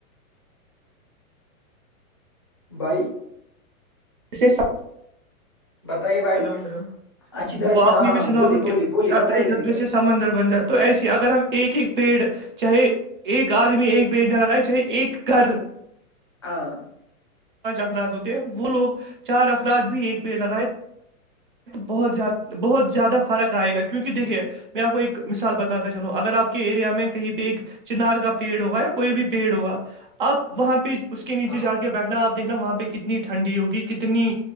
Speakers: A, on the left; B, on the right.
A: بھائی
B: اسے سب
A: بتائیے بھائی
B: ہلو ہلو
A: اچھی طرح
B: وہ
A: سے
B: آپ
A: ہاں
B: نے بھی
A: ہاں
B: سنا
A: بولیے
B: ہوگا کہ
A: بولیے بولیے
B: قطرےقطرے
A: بتائیے میرے بھائی
B: سے سمندر بن جاتا تو ایسے ہی اگر ہم ایک ایک پیڑ چاہے ایک آدمی ایک پیڑ نہ لگائےچاہے ایک گھر
A: ہاں
B: پانچ افراد ہوتے ہیں وہ لوگ چار افراد بھی ایک پیڑ لگائے بہت بہت زیادہ فرق آئے گا کیونکہ
A: ہوں،
B: دیکھیے میں آپ کو ایک مثال بتاتا چلو اگر آپ کے ایریا میں کہیں پہ ایک چنار کا پیڑ ہوگا یا کوئی بھی پیڑ ہوگا آپ وہاں پہ اس کے نیچے
A: ہاں
B: جا کے بیٹھنا آپ دیکھنا وہاں پہ کتنی ٹھنڈی ہوگی کتنی